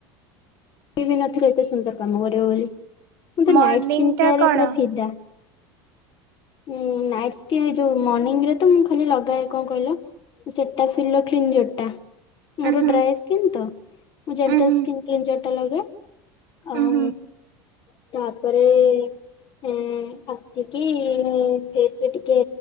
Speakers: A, on the left; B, on the right.
A: ବିନଥିଲି ଏତେ ସୁନ୍ଦର କାମ କରିବ ବୋଲି କିନ୍ତୁ
B: ମର୍ଣ୍ଣିଂ
A: ନାଇଟ
B: ଟା
A: କେୟାର
B: କଣ
A: ଉପରେ ଫିଦା। ଉଁ ନାଇଟ ସ୍କିନ୍ ଯଉ ମନିଙ୍ଗ ରେ ତ ମୁଁ ଖାଲି ଲଗାଏ କଣ କହିଲ? ସେଟା ଫିଲୋକ୍ଲିନ ଯୋଉଟା। ମୋର
B: ଉଁ ହୁଁ
A: ଡ୍ରାଏ ସ୍କିନ୍ ତ ମୁଁ ଜେଣ୍ଟାଲ
B: ଉଁ ହୁଁ
A: ସ୍କିନ୍ କ୍ଲିନଜର ଟା ଲଗେ ଆଉ
B: ଉଁ ହୁଁ
A: ତାପରେ ଏଁ ଆସିକି ମୁଁ ଫେସରେ ଟିକେ